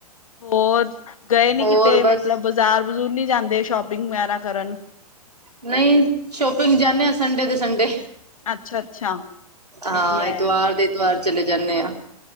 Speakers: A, on the left; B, on the right.
A: ਹੋਰ, ਗਏ ਨੀ
B: ਹੋਰ
A: ਕਿਤੇ,
B: ਬਸ
A: ਮਤਲਬ ਬਾਜ਼ਾਰ ਬਜ਼ੂਰ, ਨਹੀਂ ਜਾਂਦੇ ਸ਼ੋਪਿੰਗ, ਵਗੈਰਾ ਕਰਨ।
B: ਨਹੀਂ, ਸ਼ੋਪਿੰਗ ਜਾਂਦੇ ਹਾਂ, ਸੰਡੇ ਦੇ ਸੰਡੇ।
A: ਅੱਛਾ ਅੱਛਾ
B: ਹਾਂ,
A: ਵਧੀਆ
B: ਐਤਵਾਰ
A: ਆ
B: ਦੇ ਐਤਵਾਰ ਚਲੇ ਜਾਂਨੇ ਆ।